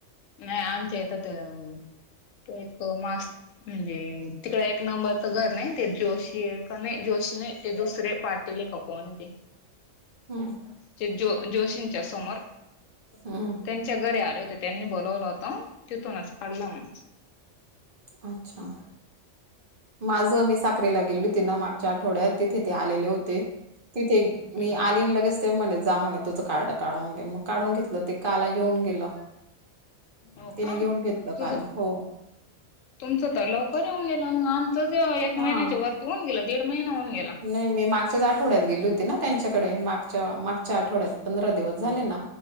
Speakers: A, on the left; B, on the right.
A: नाही आमच्या इथं तर तो एक मास म्हणजे तिकडं एक नंबरच घर नाही ते जोशी नाही जोशी नाही ते दुसरे पा पाटील का कोण आहे ते.
B: हम्म.
A: ते जो जोशींच्या समोर
B: हम्म
A: त्यांच्या घरी आले होते त्यांनी बोलवलं होत तिथूनच काढला मग.
B: अच्छा माझ मी साक्रीला गेली होती मागच्या आठवड्यात तिथे ते आलेले होते. तिथे
A: हम्म
B: मी आली लगेच ते म्हणे ते जा म्हणे तुझं कार्ड काढून घे मग काढून घेतलं ते काला घेऊन गेलो
A: हो
B: तिने
A: का
B: घेऊन घेतलं
A: तुझ
B: काल हो.
A: तुमचं तर लवकर येऊन गेलं मग आमचं एक
B: हा
A: महिन्याच्या वरती होऊन गेलं दीड महिना होऊन गेला
B: नाही मी माग गच्याच आठवड्यात गेली होती ना त्यांच्याकडे मागच्या मागच्या आठवड्यात पंधरा दिवस झाले ना